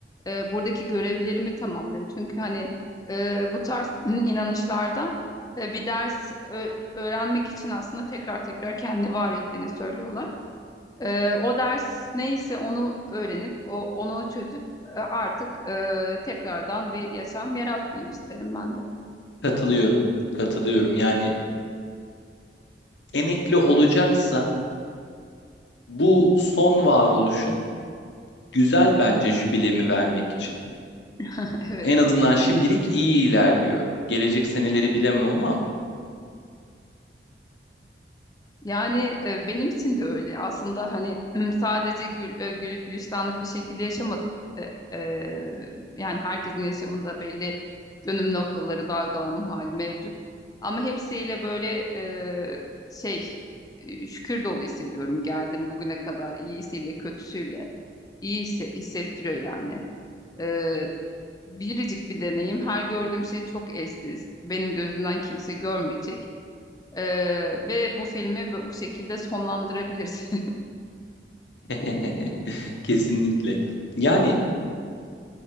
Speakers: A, on the left; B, on the left.
A: e, buradaki görevlerimi tamamlayayım. Çünkü hani e, bu tarz <clears throat> inanışlarda e, bir ders ö- öğrenmek için aslında tekrar tekrar kendini var ettiğini söylüyorlar. E, o ders neyse onu öğrenip o, onu çözüp e, artık e, tekrardan bir yaşam yaratmayayım isterim ben de.
B: Katılıyorum. Katılıyorum. Yani emekli olacaksa bu son varoluşum güzel bence jübilemi vermek için.
A: <laughs> Evet.
B: En azından şimdilik iyi ilerliyor. Gelecek seneleri bilemem ama
A: Yani e, benim için de öyle. Aslında hani m, sadece gül, e, güllük gülistanlık bir şekilde yaşamadık. E, e, yani herkesin yaşamında belli dönüm noktaları, dalgalanma hali mevcut. Ama hepsiyle böyle e, şey e, şükür dolu hissediyorum. Geldim bugüne kadar iyisiyle kötüsüyle iyi hisse- hissettiriyor yani. E, biricik bir deneyim. Her gördüğüm şey çok eşsiz. Benim gözümden kimse görmeyecek. Ee, ve bu filmi bu şekilde sonlandırabiliriz.
B: <laughs> Kesinlikle. Yani